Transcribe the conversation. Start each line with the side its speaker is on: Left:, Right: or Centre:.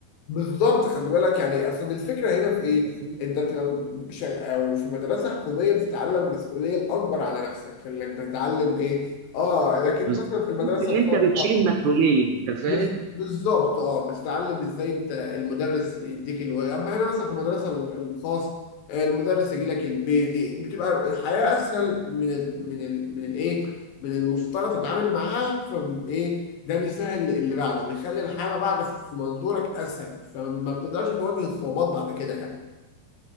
Left: بالظبط خلي بالك يعني اصل الفكره هنا في ايه
Right: أنت فاهم؟
Left: انت بتبقى مش- او في مدرسه حكوميه بتتعلم مسؤوليه الاكبر على نفسك في انك بتتعلم ايه اه لكن
Right: بالظبط
Left: مثلا في المدرسه
Right: تحس إن
Left: الخاصه
Right: أنت بتشيل المسؤولية أنت فاهم؟
Left: بز- بالظبط اه بتتعلم ازاي انت المدرس يديك الواجب اما هنا مثلا في المدرسه ال- الخاص آه، المدرس يجي لك البيت بتبقى الحياه اسهل من ال من ال من الايه من المفترض تتعامل معاه فايه ده بيسهل اللي بعده بيخلي الحياه ما بعد في في منظورك اسهل فما بتقدرش تواجه الصعوبات بعد كده يعني